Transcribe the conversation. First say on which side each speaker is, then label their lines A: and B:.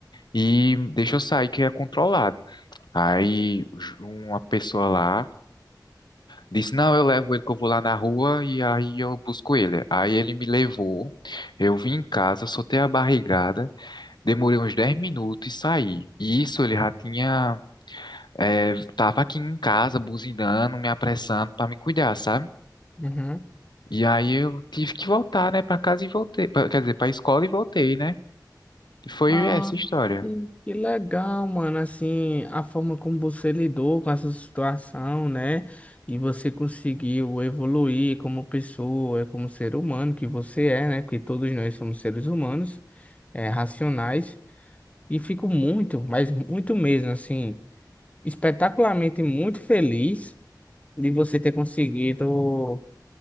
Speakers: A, on the left; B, on the left.
A: e deixa eu sair que é controlado. Aí ju- uma pessoa lá disse, não, eu levo ele que eu vou lá na rua e aí eu busco ele. Aí ele me levou, eu vim em casa, soltei a barrigada, demorei uns 10 minutos e saí. E isso ele já tinha, eh, tava aqui em casa buzinando, me apressando para me cuidar, sabe?
B: Uhum.
A: E aí eu tive que voltar, né, pra casa e voltei, pra- quer dizer, pra escola e voltei, né? E foi
B: Ah,
A: essa história,
B: que que legal, mano. Assim, a forma como você lidou com essa situação, né? E você conseguiu evoluir como pessoa, como ser humano que você é, né? Porque todos nós somos seres humanos, é, racionais. E fico muito, mas muito mesmo, assim, espetacularmente muito feliz de você ter conseguido